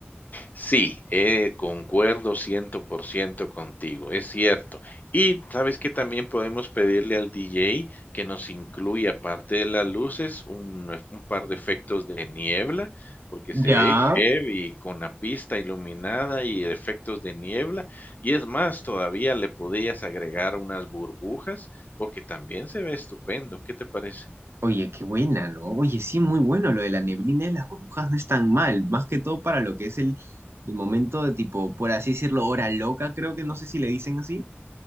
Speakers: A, on the left; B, on the right.
A: Sí, eh, concuerdo 100% contigo, es cierto. Y sabes que también podemos pedirle al DJ que nos incluya, aparte de las luces, un, eh, un par de efectos de niebla, porque
B: Ya.
A: se ve heavy con la pista iluminada y efectos de niebla. Y es más, todavía le podías agregar unas burbujas, porque también se ve estupendo. ¿Qué te parece?
B: Oye, qué buena, ¿no? Oye, sí, muy bueno lo de la neblina y las burbujas no es tan mal, más que todo para lo que es el, el momento de tipo, por así decirlo, hora loca, creo que no sé si le dicen así.